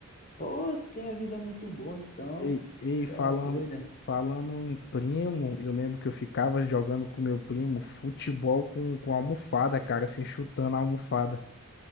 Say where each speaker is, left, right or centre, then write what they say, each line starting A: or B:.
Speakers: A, on the left; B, on the left.
A: Pô, tem a vida muito boa, então.
B: Ei, ei, falando,
A: Tá doida.
B: falando em primo, eu lembro que eu ficava jogando com meu primo futebol com, com almofada, cara, assim, chutando a almofada.